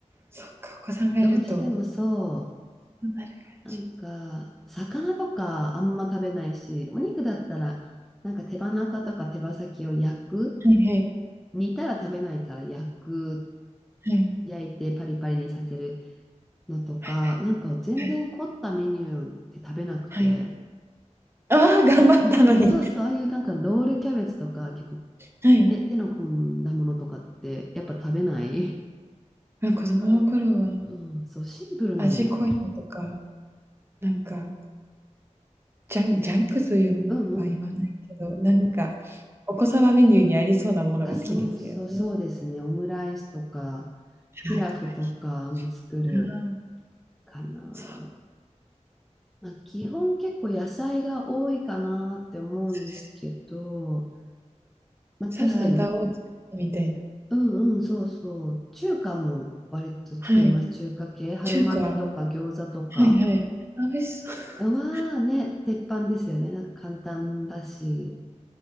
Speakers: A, on the right (about 20°); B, in the centre.
A: そっか、お子さんがいると、
B: どうしてもそ
A: そうなる感じ。
B: う、なんか、魚とかあんま食べないし、お肉だったら、なんか手羽中とか手羽先を焼く、
A: はいはい。
B: 煮たら食べないから焼く、
A: はい。
B: 焼いてパリパリにさせるのとか、
A: はい
B: なんか全然凝ったメニューって食べなくて、
A: はい。はい。ああ、頑張ったのに。
B: なんかそうそう、ああいうなんかロールキャベツとか結構
A: はい。
B: 手、手の込んだものとかってやっぱ食べない。
A: ま、子供の頃は
B: だから、うん、そう、シンプルなの。
A: 味濃いのとか、なんか、ジャンジャンクというは言わないけど、
B: うんうん。
A: なんか、
B: うん、
A: お子様メニューにありそうなものが好きですよね。
B: あ、そうそう、そうですね。オムライスとか、ピラフとかも作る
A: ああ、やっぱり。ああ、
B: かな。
A: そう、
B: まあ、基本結構野菜が多いかなって思うんですけど、
A: そうですよ。
B: まあ、
A: サラダを作ってみたいな。
B: 確かにうんうん、そうそう。中華も割と作ります。
A: はい。
B: 中華系。春巻きとか餃子とか。
A: 中華、はいはい。あ、美味しそう。
B: はね、鉄板ですよね。なんか簡単だし、